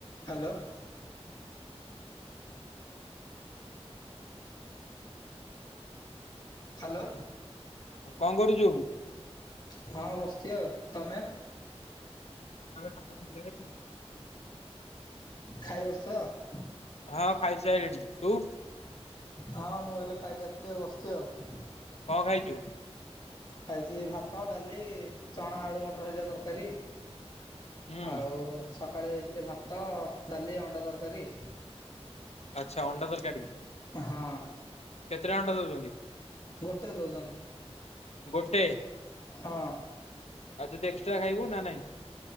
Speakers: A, on the left; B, on the left.
A: ହ୍ୟାଲୋ। ହାଲୋ।
B: ଉଁ କଁ କରୁଚୁ?
A: ହଁ ବସଛି ଆଉ ତମେ?
B: <unintelligible>
A: ଖାଇ ବସିଚ?
B: ହଁ ଖାଇସାଇଲିଣି ତୁ?
A: ହଁ ମୁଁ ହେଲେ ଖାଇକି ଆସିଲି ବସିଚି ଆଉ।
B: କଁ ଖାଇଚୁ?
A: ଖାଇଚି ଭାତ ଡାଲି ଚଣା ଆଳୁ ମଟର ଭଜା ତରକାରୀ।
B: ହୁଁ
A: ଆଉ ସକାଳେ ଏଇଥିଲେ ଭାତ ଡାଲି ଅଣ୍ଡା ତରକାରୀ।
B: ଆଚ୍ଛା ଅଣ୍ଡା ତରକାରୀ।
A: ହଁ
B: କେତେଟା ଅଣ୍ଡା ଦଉଛନ୍ତି?
A: ଗୋଟେ ଦଉଚନ୍ତି।
B: ଗୋଟେ।
A: ହଁ।
B: ଆଉ ଯଦି ଏକ୍ସଟ୍ରା ଖାଇବୁ ନା ନାହିଁ।